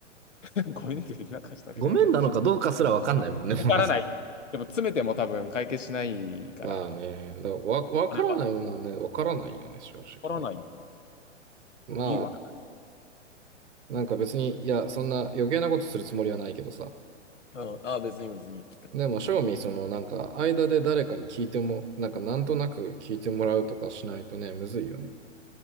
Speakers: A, on the left (about 75°); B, on the right (about 70°).
A: <laughs> ごめんねって別になんかしたわけじゃないけど
B: ごめんなのかどうかすらわかんないもんね、<laughs>
A: わからないでも詰めても多分解決しないから
B: まずね。まあね、だからわ、わからないものはね、
A: あれかわ
B: わからないよね、正直ね。
A: からない。
B: ま
A: 理由わか
B: あ、なんか別に、いや、そんな余計なことするつもりはないけどさ。
A: らない。うん。ああ、別に別に。
B: でも、正味、その、なんか、間で誰かに聞いても、なんか、なんとなく聞いてもらうとかしないとね、むずいよね。